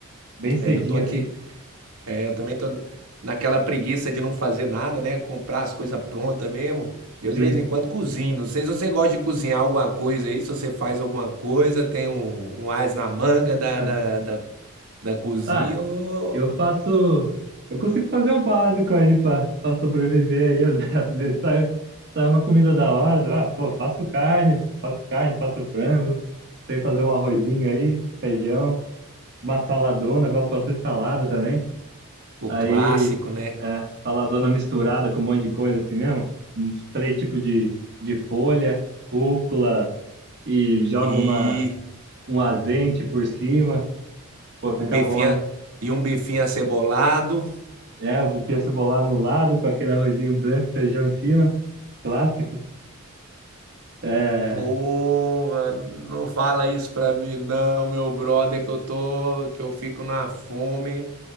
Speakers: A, on the right; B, on the right.
A: Bem cedinho,
B: É, eu tô aqui.
A: assim,
B: É, eu também tô naquela preguiça de não fazer nada, né? Comprar as coisas prontas mesmo. Eu
A: Sim.
B: de vez em quando cozinho. Não sei se você gosta de cozinhar alguma coisa aí, se você faz alguma coisa, tem um, um as na manga da,
A: Ah,
B: da, da, da cozinha,
A: ah,
B: ou
A: eu faço. Eu consigo fazer o básico aí pra pra sobreviver aí. Às <laughs> às vezes sai, sai uma comida da hora. Ah, pô, faço carne, faço carne, faço frango. Sei fazer um arrozinho aí, feijão, uma saladona. Gosto bastante de salada também.
B: o
A: Aí,
B: clássico, né?
A: é, saladona misturada com um monte de coisa assim mesmo. Uns três tipos de, de folha, rúcula e joga
B: E
A: uma, um azente por cima. Pô, fica
B: um bifinha
A: bom, hein?
B: e um bifinho acebolado.
A: É, o bife cebolar no lado, com aquele arrozinho branco, feijão em cima, clássico. É,
B: Pô, não fala isso pra mim não, meu brother, que eu tô, que eu fico na fome.